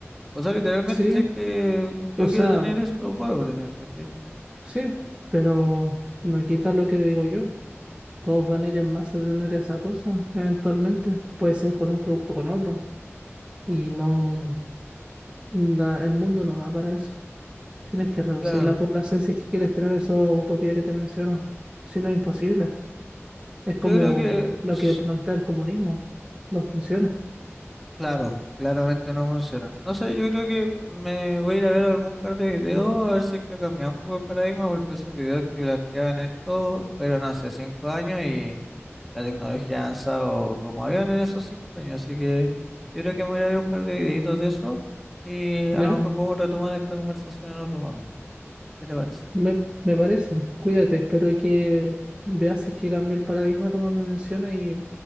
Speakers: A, in the centre; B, on the right.
A: O sea, literalmente
B: Sí,
A: sé que yo
B: o sea,
A: quiero tener eso, lo puedo tener, ¿cachai?
B: sí, pero no quita lo que digo yo. Todos van a ir en masa a tener esa cosa, eventualmente. Puede ser con un producto o con otro. Y no, la- el mundo no da para eso. Tienes que reducir
A: Claro.
B: la población si es que quieres tener esa utopía que te menciono. Si no, es imposible. Es como
A: Yo creo que,
B: lo
A: s-
B: que plantea el comunismo. No funciona.
A: claro, claramente no funciona. No sé, yo creo que me voy a ir a ver algún par de videos a ver si es que ha cambiado un poco el paradigma, porque esos videos que planteaban esto fueron hace cinco años y La tecnología ha avanzado como avión en esos cinco años, así que yo creo que me voy a ir a ver un par de videitos de eso y a
B: ¿Ya?
A: lo mejor podemos retomar esta conversación en otro momento. ¿Qué te parece?
B: Me, me parece. Cuídate, espero que veas si es que cambio el paradigma como me menciona y